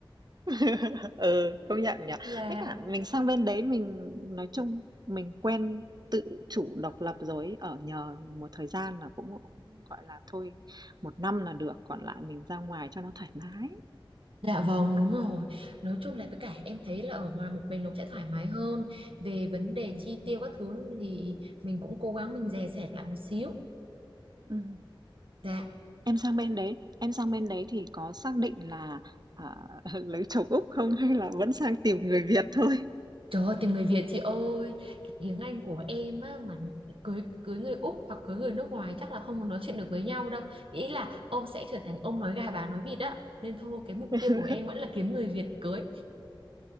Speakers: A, on the right; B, on the right.
A: <laughs> Ừ, công nhận nhỉ.
B: dạ
A: Với cả mình sang bên đấy mình nói chung mình quen tự chủ độc lập rồi ấy, ở nhờ một thời gian là cũng cũng gọi là thôi, một năm là được, còn lại mình ra ngoài cho nó thoải mái.
B: dạ vâng đúng rồi nói chung là với cả em thấy là ở ngoài một mình nó sẽ thoải mái hơn về vấn đề
A: Ừm,
B: chi tiêu các thứ thì mình cũng cố gắng mình dè sẻn lại một xíu
A: ừm.
B: dạ
A: Em sang bên đấy em sang bên đấy thì có xác định là, à, <laughs> lấy chồng Úc không hay là vẫn sang tìm người Việt thôi?
B: Trời ơi, tìm người Việt chị ơi, cái tiếng Anh của em á, mà cưới cưới người Úc hoặc cưới người nước ngoài chắc là không có nói chuyện được với nhau đâu. Ý là ông sẽ trở thành ông nói gà bà nói vịt á. Nên thôi cái mục
A: <laughs>
B: tiêu của em vẫn là kiếm người Việt cưới.